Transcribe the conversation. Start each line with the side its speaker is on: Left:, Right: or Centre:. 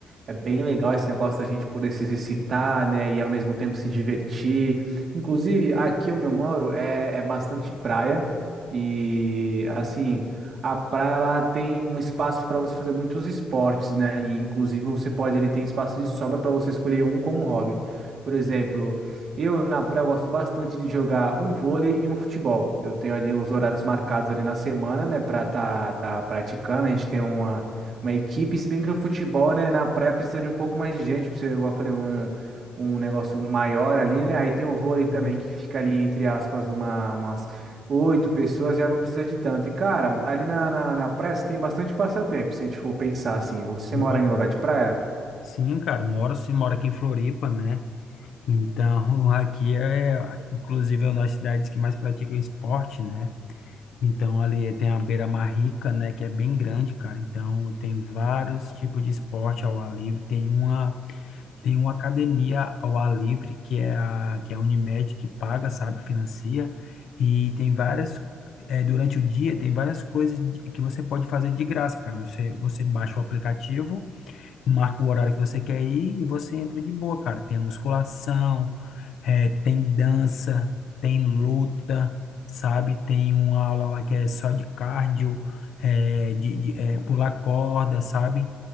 Right: É bem legal esse negócio da gente poder se exercitar, né, e ao mesmo tempo se divertir. Inclusive, aqui onde eu moro é, é bastante praia e, assim, a praia ela tem um espaço para você fazer muitos esportes, né, e inclusive você pode, ele tem espaço de sobra para você escolher um como hobby. Por exemplo, eu na praia eu gosto bastante de jogar um vôlei e um futebol. Eu tenho ali os horários marcados ali na semana, né, para tá, tá praticando. A gente tem uma uma equipe, se bem que no futebol, né, na praia precisa de um pouco mais de gente, pra você, igual eu falei, um, um negócio maior ali, né? Aí tem o vôlei também,
Left: Uhum,
Right: que fica ali, entre aspas, uma, umas oito pessoas, já não precisa de tanto. E, cara, ali na, na, na praia você tem bastante passatempo, se a gente for pensar assim. Você
Left: é
Right: mora
Left: verdade.
Right: em lugar de praia?
Left: Sim, cara, moro sim, moro aqui em Floripa, né? Então, <laughs> aqui é, inclusive, é uma das cidades que mais praticam esporte, né? Então, ali tem a beira-mar rica, né, que é bem grande, cara. Então, tem vários tipos de esporte ao ar livre. Tem uma Tem uma academia ao ar livre, que é a, que é a Unimed, que paga, sabe, financia, e tem várias, eh, durante o dia, tem várias coisas de- que você pode fazer de graça, cara. Você, você baixa o aplicativo, marca o horário que você quer ir e você entra de boa, cara. Tem musculação, eh, tem dança, tem luta, sabe? Tem uma aula lá que é só de cardio, eh, de, de, eh, pular corda, sabe?